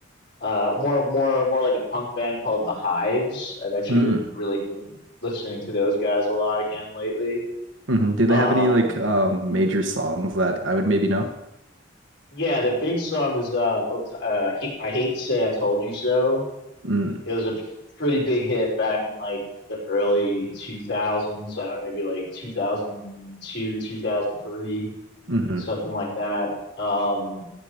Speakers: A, on the left; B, on the right.
A: uh more more more like a punk band called The Hives. I've actually
B: hmm
A: been really given listening to those guys a lot again lately.
B: hmm Do
A: Um
B: they have any like um major songs that I would maybe know?
A: yeah, the big song was uh was, uh He- I hate to say I told you so.
B: Mm,
A: It was a pretty big hit back in like the early 2000s. I don't know, maybe like 2002, 2003,
B: Mm-hmm.
A: something like that. Um,